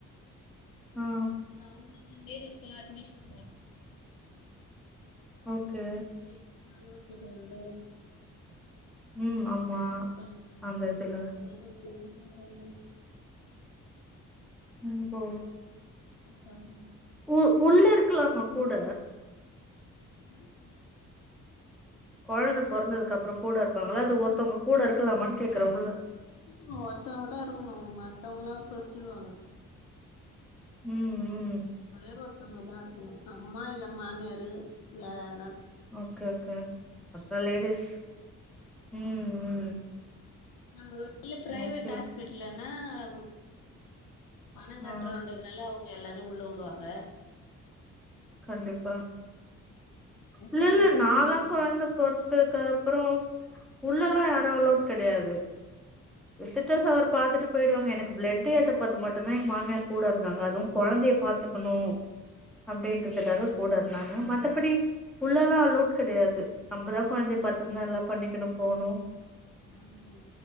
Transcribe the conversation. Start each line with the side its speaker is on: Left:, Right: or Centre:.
Centre: ஆ ஆ
Left: அப்றோ அவங்கல்லா லேடீஸ்க்கு அட்மிஷன் போட்
Centre: ஓகே
Left: ஜென்ஸ் அலோட் கடையாது இல்ல
Centre: ம் ஆமா
Left: அப்றோ இது
Centre: அந்த இதுல
Left: போறதுக்கு <unintelligible>
Centre: நீ போ,
Left: பசங்க
Centre: உ உள்ள இருக்கலாமா கூட
Left: என்ன
Centre: கொழந்த பொறந்ததுக்கு அப்றோ கூட இருப்பாங்ளா அது ஒருத்தவங்க கூட இருக்கலாமனு கேக்குறே உள்ள
Left: இருக்னு ஒருத்தவங்தா இருக்கணு மத்தவங்கல்லா தொரத்திருவாங்க
Centre: ம் ம்
Left: ஒரே ஒருத்தவங்கதா இருக்கணு, அம்மா இல்ல மாமியாரு வேற யாருன்னா
Centre: ஓகே ஓகே ஒருத்த லேடிஸ், ம், ம்
Left: நம்மளுக்கு இல்ல பிரைவேட்
Centre: ஓகே
Left: ஹாஸ்பிட்டலுனா உ பண கட்டுறோன்றதுனால
Centre: ஆ ஆ
Left: அவங்க எல்லாரயு உள்ள வுடுவாங்க
Centre: கண்டிப்பா
Left: ஹஸ்பண்ட்
Centre: இல்லல்ல
Left: கூடயே
Centre: நான்லா
Left: இருக்கணும்ல
Centre: கொழந்த பொறத்துருக்க அப்றோ உள்ள அல்லா யாரு அலோட் கெடையாது விசிட்டர்ஸ் அவர் பாத்துட்டு போயிடுவாங்க எனக்கு பிளட் ஏத்தும்போது மட்டும்தா எங்க மாமியார் கூட இருந்தாங்க அதுவு கொழந்தைய பாத் துக்கணு அப்டின்ற துக்காக கூட இருந்தாங்க மத்தபடி உள்ளல்லா அலோட் கெடையாது நம்பதா
Left: அலோடு
Centre: கொழந்தய
Left: கெடையாதுதா
Centre: பாத்துக்ணு எல்லா பண்ணிக்கணு போணு
Left: ஆமா ஆமா